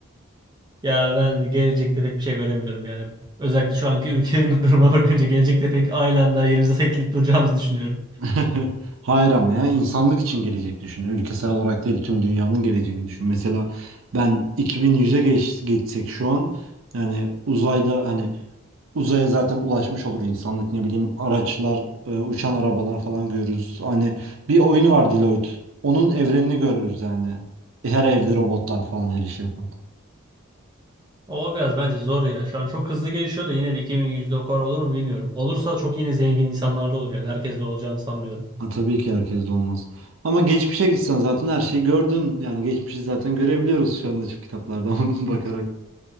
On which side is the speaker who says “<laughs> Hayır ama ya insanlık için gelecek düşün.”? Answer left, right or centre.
Right